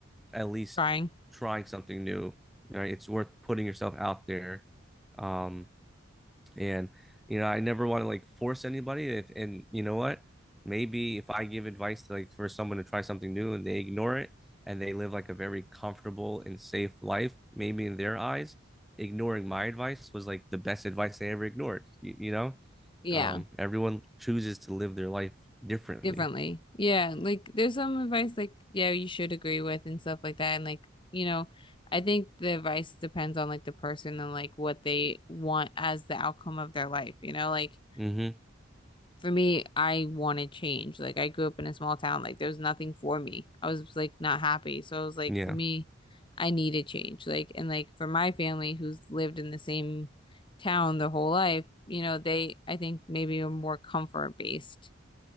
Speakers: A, in the centre; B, on the left (about 25°).
A: at least
B: trying.
A: trying something new. Right? It's worth putting yourself out there. Um, and you know, I never want to like force anybody. If, and you know what? Maybe if I give advice to like for someone to try something new and they ignore it and they live like a very comfortable and safe life, maybe in their eyes, ignoring my advice was like the best advice they ever ignored. You, you know,
B: Yeah,
A: um, everyone chooses to live their life differently.
B: differently. Yeah, like there's some advice like yeah, you should agree with and stuff like that and like, you know, I think the advice depends on like the person and like what they want as the outcome of their life, you know? Like
A: hmm
B: for me, I wanted change. Like I grew up in a small town. Like there was nothing for me. I was like not happy. So I was like,
A: Yeah.
B: for me, I needed change. Like and like for my family who's lived in the same town their whole life, you know, they I think maybe are more comfort based